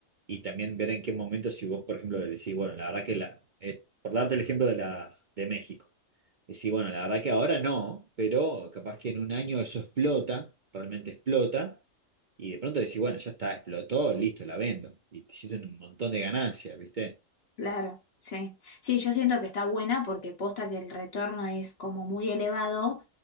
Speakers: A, on the right (about 45°); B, on the left (about 55°).
A: y también ver en qué momento, si vos, por ejemplo, decís, bueno, la verdad que la, eh, por darte el ejemplo de las de México, decís, bueno, la verdad que ahora no, pero capaz que en un año eso explota, realmente explota, y de pronto decís, bueno, ya está, explotó, listo, la vendo, y te hiciste un montón de ganancias, ¿viste?
B: Claro, sí. Sí, yo siento que está buena porque posta que el retorno es como muy elevado,